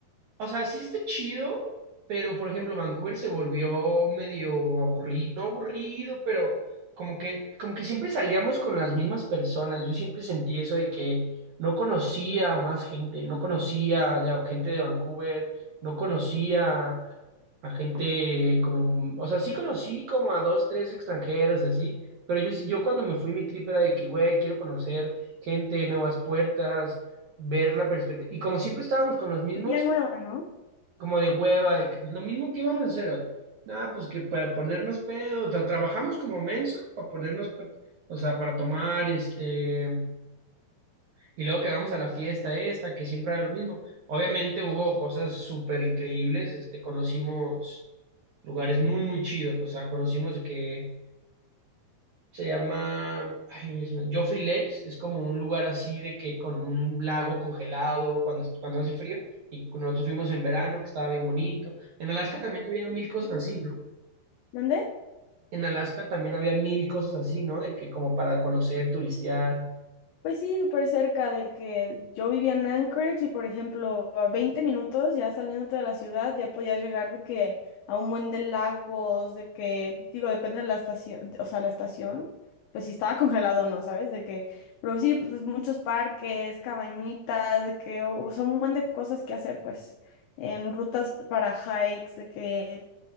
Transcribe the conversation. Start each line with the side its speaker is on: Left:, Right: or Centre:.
Right: O sea, sí está chido, pero por ejemplo, Vancouver se volvió medio aburrido, no aburrido, pero como que, como que siempre salíamos con las mismas personas. Yo siempre sentí eso de que no conocía a más gente, no conocía de, a gente de Vancouver, no conocía a gente como, o sea, sí conocí como a dos, tres extranjeros y así, pero yo, sí- yo cuando me fui mi trip era de que, güey, quiero conocer gente, nuevas puertas ver la perspectiva. Y como siempre estábamos con los mismos,
Left: Día nueva, ¿no?
Right: como de hueva, de que pues lo mismo que íbamos a hacer hoy. Nada, pues que para ponernos pedo, tra- trabajamos como menso para ponernos, pe- o sea, para tomar, este, y luego que vamos a la fiesta esta, que siempre era lo mismo. Obviamente hubo cosas súper increíbles, este, conocimos lugares muy, muy chidos, o sea, conocimos de que se llama, ay, güey, se me- Joffrey Lakes, es como un lugar así de que con un lago congelado cuando, cuando hace frío, y nosotros fuimos en verano, que estaba bien bonito. En Alaska también había mil cosas así, ¿no?
Left: ¿Mande?
Right: En Alaska también había mil cosas así, ¿no? De que como para conocer, turistear.
Left: Pues sí, súper cerca de que yo vivía en Anchorage y, por ejemplo, a 20 minutos ya saliéndote de la ciudad ya podías llegar de que a un buen de lagos, de que, digo, depende de la estación, o sea, la estación, pues si estaba <laughs> congelado o no, ¿sabes? De que, pero sí, pues muchos parques, cabañitas, de que o, son un buen de cosas que hacer, pues, em, rutas para hikes, de que,